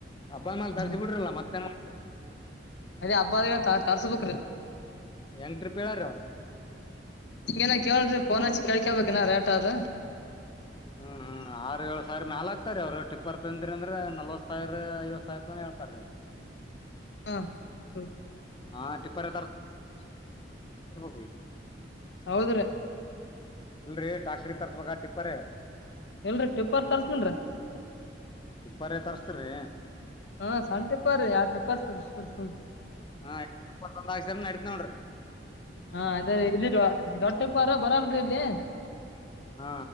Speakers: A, on the left (about 25°); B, on the left (about 70°).
A: ಹಬ್ಬಾ ಮ್ಯಾಲ
B: ಹಾ
A: ತರಿಸಿ ಬಿಡ್ರಲ್ಲ ಮತ್ತೇನ್ ಮಾಡ್ತಿರಿ.
B: ಅದೇ ಹಬ್ಬಾ ಆದಿಗಾ ತಾ ತರ್ಸ್ಬೇಕ್ರೀ.
A: ಯಂನಟ್ರಿಪಿಳರ ಅವ್ರ.
B: ಈಗೇನ ಕೇಳ್ರಿ ಫೋನ್ ಹಚ್ಚ ಕೆಳ್ಕೊಬೇಕನಾ ರೇಟ್ ಅದ.
A: ಹ್ಮ್ ಣ ಆರ ಏಳು ಸಾವಿರಾ ಮ್ಯಾಲ ಹಾತ್ತಾರಿ ಅವ್ರು ಟಿಪ್ಪರ್ ತಂದಿರಿ ಅಂದ್ರ ನಲ್ವತ್ ಸಾವಿರ ಐವತ್ ಸಾವಿರ ರೂಪಿನ ಹೇಳ್ತಾರಿ ಅವ್ರ.
B: ಹ್ ಹ್ಮ.
A: ಹಾ ಟಿಪ್ಪರ್ <unintelligible>
B: ಹೌದ್ರಿ
A: ಅಲ್ರೀ ಟಾಕ್ರಿ ತರ್ಸ್ಬೇಕಾ ಟಿಪ್ಪರ.
B: ಎಲ್ರಿ ಟಿಪ್ಪರ್ ತಲ್ಸನನ್ರಿ.
A: ಟಿಪ್ಪರೇ ತರ್ಸ್ತಿರಿ
B: ಹಾ ಸಣ್ಣ ಟೆಪ್ಪರ್ ರೀ ಯ್ಯಾಡ ಟೆಪ್ಪರ್. <unintelligible>
A: ಹಾ ಟಿಪ್ಪರ್ ತಂದ ಹಾಕಸ್ಯಾನ ನಡಿತ್ ನೋಡ್ರಿ.
B: ಹಾ ಅದರಿ ಇದಿದ್ವ ದೊಡ್ಡ ಟಿಪ್ಪರು ಬರಲ್ರಿ ಇಲ್ಲೇ.
A: ಹಾ.